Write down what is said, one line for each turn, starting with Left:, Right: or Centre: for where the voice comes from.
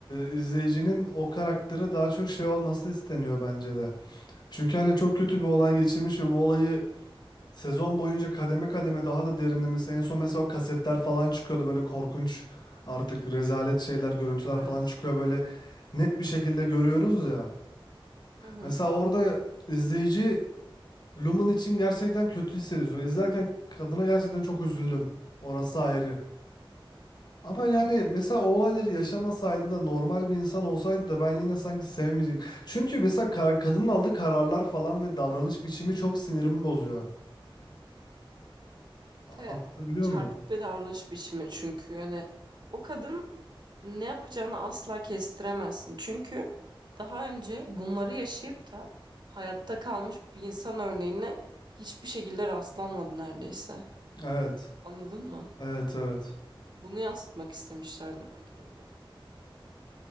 Left: e, izleyicinin o karaktere daha çok şey olması isteniyor bence de. Çünkü hani çok kötü bir olay geçirmiş ve bu olayı sezon boyunca kademe kademe daha da derinlemesi. En son mesela o kasetler falan çıkıyordu böyle korkunç artık rezalet şeyler, görüntüler
Right: Evet.
Left: falan çıkıyor böyle net bir şekilde görüyoruz ya.
Right: Hı hı.
Left: Mesela orada izleyici Lumen için gerçekten kötü hissediyorsun. İzlerken kadına gerçekten çok üzüldüm. Orası ayrı.
Right: Hı
Left: Ama
Right: hı.
Left: yani mesela o olayları yaşamasaydı da normal bir insan olsaydı da ben yine sanki sevmeyecek. Çünkü mesela karar, kadının aldığı kararlar falan ve davranış biçimi çok sinirimi bozuyor. A-
Right: Te
Left: Anlatabiliyor
Right: çarpık
Left: muyum?
Right: bir davranış biçimi çünkü yani o kadın Ne yapacağını asla kestiremezsin. Çünkü daha önce bunları yaşayıp da hayatta kalmış bir insan örneğine hiçbir şekilde rastlanmadı neredeyse.
Left: Evet.
Right: Anladın mı?
Left: Evet evet.
Right: Bunu yansıtmak istemişlerdir belki de diyorum.